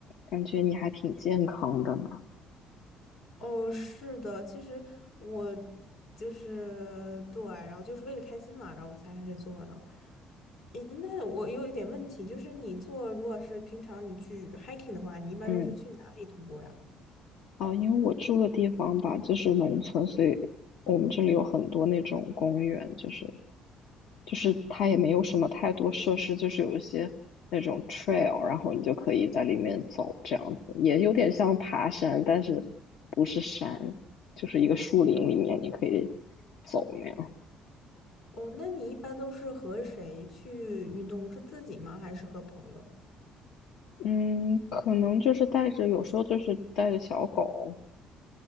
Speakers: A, on the left; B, on the left.
A: 感觉你还挺健康的呢。
B: 哦，是的，其实我就是对，然后就是为了开心嘛，然后我才开始做的。诶，那我有一点问题，就是你做，如果是平常你去 hiking 的话，你一般都是去哪里徒步呀？
A: 嗯，啊，因为我住的地方吧，就是农村，所以我们这里有很多那种公园，就是就是它也没有什么太多设施，就是有一些那种 trail，然后你就可以在里面走，这样子也有点像爬山，但是不是山，就是一个树林里面你可以走那样。
B: 哦，那你一般都是和谁去运动？是自己吗？还是和朋友？
A: 嗯，可能就是带着，有时候就是带着小狗，